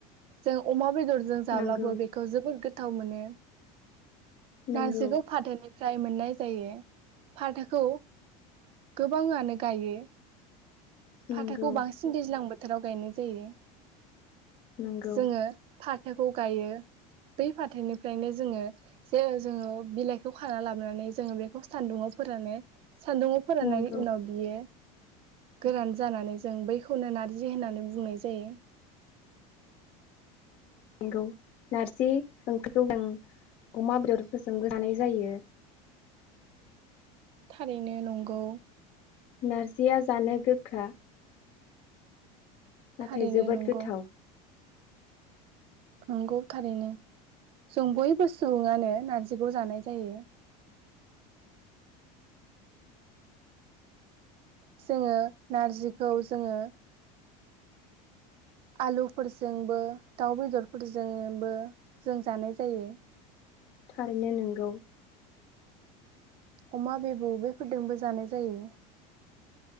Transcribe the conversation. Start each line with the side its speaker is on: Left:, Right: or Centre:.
Right: जों अमा बेदर जों जाब्लाबो
Left: नोंगौ
Right: बे जोबोर गोथाव मोनो। नारजिखौ
Left: नोंगौ
Right: फादोनि फ्राय मोननाय जायो फाथोखौ गोबाङांनो गायो। फाथोखौ
Left: नोंगौ
Right: बांसिन दैज्लां बो थोराव गायनाय जायो।
Left: नोंगौ
Right: जोंङो फा थोखौ गायो बै फाथोनिफ्रायनो जोंङो जे जोंङो बिलाइखौ खाना लाबोनानै जोंङो बेखौ सान्दुंङाव फोरानो सान्दुङाव फोराननायनि
Left: नोंगौ
Right: उनाव बियो गोरान जानानै जों बैखौनो नारजि होननानै बुंनाय जायो।
Left: नोंगौ नारजि ओंख्रिखौ <unintelligible> अमा बेदरफोरजोंबो जानाय जायो।
Right: थारैनो नंगौ।
Left: नारजिया जानो गोखा। नाथाय
Right: थारैनो
Left: जोबोद
Right: नंगौ
Left: गोथाव
Right: नंगौ थारैनो जों बयबो सुबुंङानो नारजिखौ जानाय जायो। जोंङो नारजिखौ जोंङो आलुफोरजोंबो दाउ बेदरफोरजोंबो जों जानाय जायो।
Left: थारैनो नोंगौ।
Right: अमा बेबौ बेफोरजोंबो जानाय जायो।